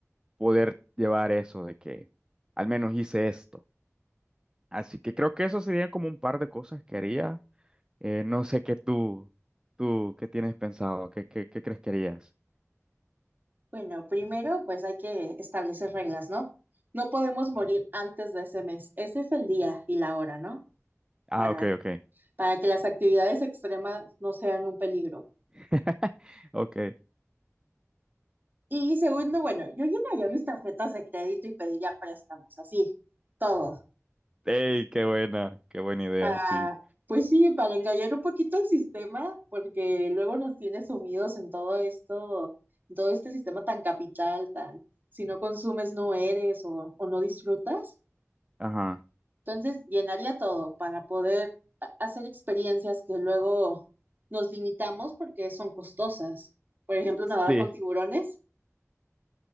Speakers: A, on the right; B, on the right.
A: poder llevar eso de que al menos hice esto. Así que creo que eso sería como un par de cosas que haría. Eh, no sé qué tú, tú, qué tienes pensado, qué, qué, qué crees que harías.
B: bueno, primero pues hay que establecer reglas, ¿no? No podemos morir antes de ese mes. Ese es el día y la hora, ¿no?
A: Ah,
B: Para,
A: ok, ok.
B: para que las actividades extremas no sean un peligro.
A: <laughs> Ok.
B: Y segundo, bueno, yo llenaría mis tarjetas de crédito y pediría préstamos, así, todo.
A: Ey, qué buena, qué buena idea,
B: para,
A: sí.
B: pues sí, para engañar un poquito el sistema, porque luego nos tiene sumidos en todo esto, en todo este sistema tan capital, tan, si no consumes no eres o, o no disfrutas.
A: Ajá.
B: Entonces, llenaría todo para poder ha- hacer experiencias que luego nos limitamos porque son costosas. Por ejemplo, nadar
A: Sí,
B: con tiburones